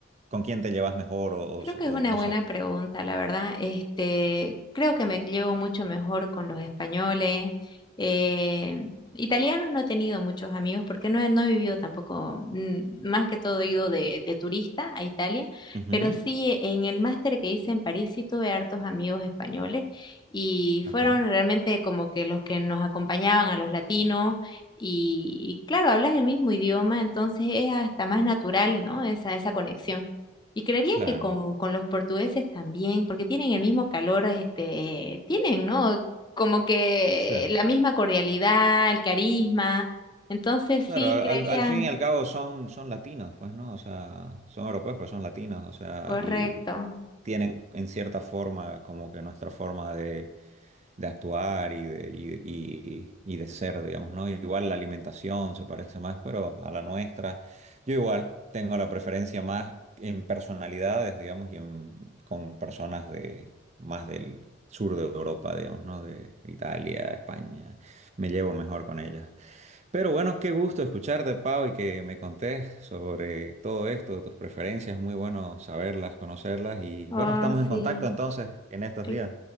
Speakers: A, on the right (about 35°); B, on the left (about 20°).
A: con quién te llevas mejor o,
B: Creo
A: o-
B: que es
A: o
B: una
A: no
B: buena
A: sé?
B: pregunta, la verdad. Este, creo que me llevo mucho mejor con los españoles. Eh, italianos no he tenido muchos amigos porque no he, no he vivido tampoco, mm, más que todo he ido de, de turista a Italia,
A: Ujú,
B: pero sí en el máster que hice en París sí tuve hartos amigos españoles y
A: Ok,
B: fueron realmente como que los que nos acompañaban a los latinos. Y, y claro, hablas el mismo idioma, entonces es hasta más natural, ¿no? Esa, esa conexión. Y creería
A: claro,
B: que con, con los portugueses también, porque tienen el mismo calor, este, tienen, ¿no? Como que
A: sí.
B: la misma cordialidad, el carisma. Entonces
A: Claro,
B: sí, creería,
A: al, al fin y al cabo son, son latinos, pues, ¿no? O sea, son europeos, pero son latinos, o sea,
B: correcto.
A: y tienen en cierta forma como que nuestra forma de, de actuar y de, y, y- y de ser, digamos, ¿no? Igual la alimentación se parece más, pero a la nuestra. Yo igual tengo la preferencia más en personalidades, digamos, y en- con personas de más del sur de Europa, digamos, ¿no? De Italia, España. Me llevo mejor con ellas. Pero bueno, qué gusto escucharte, Pau, y que me contés sobre todo esto, tus preferencias, muy bueno saberlas, conocerlas y
B: Oh,
A: bueno, estamos en contacto
B: sí.
A: entonces en estos
B: Cl-
A: días.